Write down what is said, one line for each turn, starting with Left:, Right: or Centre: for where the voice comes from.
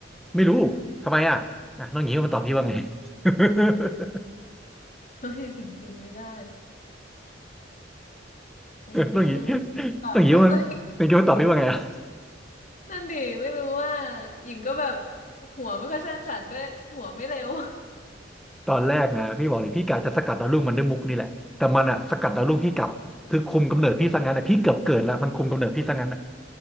Centre: ไม่รู้ทำไมอ่ะอ่ะน้องหญิงที่มันตอบพี่ว่าไง
Left: อืม
Centre: <laughs>
Left: ไม่ถึงปินไม่ได้อืม
Centre: ต้องอย่างนี้ต้องอย่างนี้มันเป็นคำตอบพี่ว่าไงอะ
Left: <laughs> อะไรนั่นดิไม่รู้ว่าหญิงก็แบบหัวไม่ค่อยสร้างสรรค์ด้วยหัวไม่เร็ว
Centre: ตอนแรกนะพี่บอกเลยพี่กะจะสกัดดาวรุ่งมันด้วยมุกนี่แหละแต่มันอะสกัดดาวรุ่งพี่กลับคือคุมกำเนิดพี่ซะงั้นอะพี่เกือบเกิดแล้วมันคุมกำเนิดพี่ซะงั้นอะ